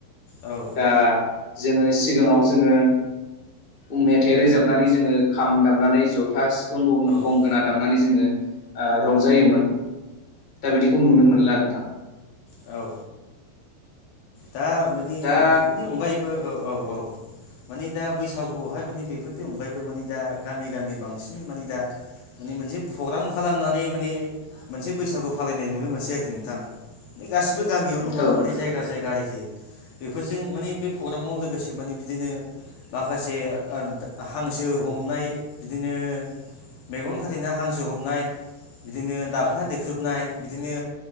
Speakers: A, on the left; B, on the left.
A: औ
B: दा जोंङो सिगांङाव जोंङो उम मेथाइ रोजाब- नानै जोंङो खाम दामनानै जथा सिफुं गं-गंगोना
A: औ
B: दामनानै जोंङो <inaudible> आ रंजायोमोन दा बिदिखौ नुनो मोनला नोंथां
A: औ दा माने
B: दा
A: बेफोरनि अनगायैबो औ औ औ माने दा बैसागुआवहाय माने बेफोरनि अनगायैबो माने दा गामि गामि बांसि- मानि दा माने मोनसे प्रग्राम खालामनानै माने मोनसे बैसागु फालिनाय नुनो मोनसै आरोखि नोंथां गासिबो गामियाव नंङा
B: औ
A: माने
B: नोंथां
A: जायगा जायगा आरोखि बेफोरजों माने बे प्रग्रामाव लोगोसे माने बिदिनो माखासे हांसो हमनाय बिदिनो मेगन खाथेना हांसो हमनाय बिदिनो दाबखा देख्रुबनाय बिदिनो